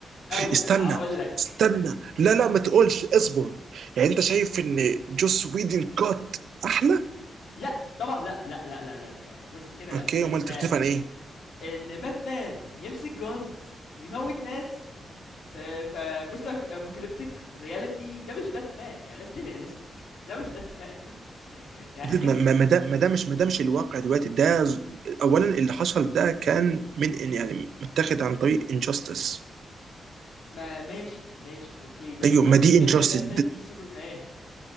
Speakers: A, on the left; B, on the right.
A: قوي
B: استنى
A: اقول لك
B: استنى لا لا ما تقولش اصبر يعني انت شايف ان جوس ويدن كات احلى
A: لا طبعا لا لا لا لا لا, لا. يعني بص كده لا
B: اوكي
A: بس
B: امال تختلف
A: آه،
B: عن ايه
A: ان باتمان يمسك جونز ويموت ناس في في بوست ابوكاليبتيك رياليتي ده مش باتمان يعني let's be realistic ده مش باتمان <laughs> يعني
B: ما ما ما ده ما ده مش ما ده مش الواقع دلوقتي ده ز- اولا اللي حصل ده كان من إن- يعني متاخد عن طريق انجاستس
A: ما ماشي ماشي اوكي بس
B: ايوه
A: برضو
B: ما دي
A: في فيلم
B: انجاستس
A: باتمان في سوبرمان